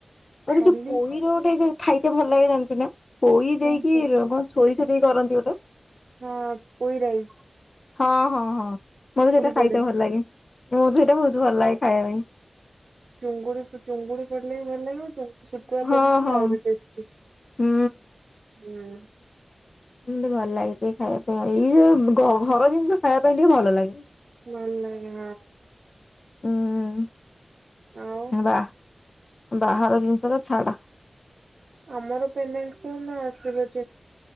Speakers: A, on the left (about 50°); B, on the right (about 75°).
A: ମତେ
B: ଖାଲି
A: ଯୋଉ ପୋଇର ଗୋଟେ <unintelligible> ଭଲ ଲାଗେ ଜାଣିଚୁ ନା? ପୋଇ
B: କଣ
A: ଦେଇକି
B: କୁ-
A: ର କଣ ସୋରିଷ ଦେଇକି କରନ୍ତି ଗୋଟେ?
B: ହଁ ପୋଇରାଇ।
A: ହଁ-ହଁ-ହଁ ମତେ ସେଇଟା ଖାଇତେ
B: ପଡେ
A: ଭଲ ଲାଗେ, ମତେ ସେଇଟା ବହୁତ୍ ଭଲ୍ ଲାଗେ ଖାଇବା ପାଇଁ।
B: ଚୁଙ୍ଗୁଡ଼ି-ଚୁଙ୍ଗୁଡ଼ି ପଡ଼ିଲେ ବି ଭଲ ଲାଗିବ, ଚୁଙ୍ଗ ଶୁକୁଆ ପଡ଼ିଲେ
A: ହଁ
B: ବି
A: ହଁ।
B: ଆହୁରି ଟେଷ୍ଟି।
A: ହୁଁ
B: ହୁଁ।
A: ଏମ୍ତି ଭଲ୍ ଲାଗେ ଟିକେ ଖାଇବା ପାଇଁ ଆଉ, ଏଇ ଯୋଉ ଘ ଘର ଜିନିଷ ଖାଇବା ପାଇଁ ଟିକେ ଭଲ ଲାଗେ।
B: ଭଲ ଲାଗେ ହଁ।
A: ହୁଁ
B: ଆଉ
A: <unintelligible> ବା ବାହାର ଜିନିଷ ତ ଛାଡ଼।
B: ଆମର ପେମେଣ୍ଟ କୋଉନ ଦିନ ଆସିବ <unintelligible>